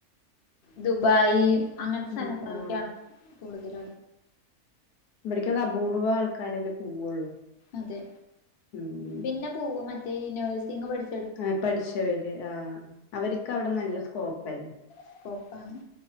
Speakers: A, on the left; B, on the left.
A: ദുബായി് അങ്ങനത്തെ സ്ഥലങ്ങൾക്കാണ്
B: ദു ആ
A: കൂടുതൽ
B: ഇവിടേക്കൊക്കെ അപൂർവം ആൾക്കാരെല്ലേ പോവുള്ളൂ
A: അതെ
B: ഉം
A: പിന്നെ പോവ മറ്റേ ഈ നേഴ്സിംഗ് പഠിച്ച്
B: ആഹ് പഠിച്ചവര് ആ അവർക്ക് അവിടെ നല്ല സ്കോപ്പ്ല്ലേ
A: സ്കോപ്പാണ്